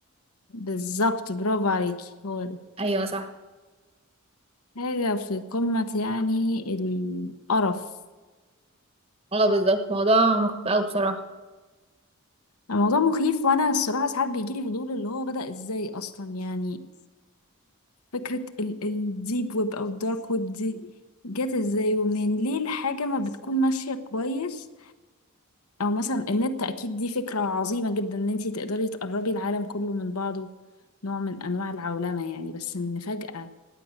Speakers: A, on the left; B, on the right.
A: بالظبط برافو عليكي هو ده
B: ايوه صح
A: حاجة في قمة يعني القرف
B: اه بالظبط موضوع مخيف اوي بصراحه
A: الموضوع مخيف وأنا الصراحة ساعات بيجيلي فضول اللي هو بدأ إزاي أصلا يعني فكرة الديب ويب أو الدارك ويب دي جت ازاي ومنين ليه الحاجة ما بتكون ماشية كويس أو مثلا النت أكيد دي فكرة عظيمة جدا إن انتي تقدري تقربي العالم كله من بعضه نوع من أنواع العولمة يعني بس إن فجأة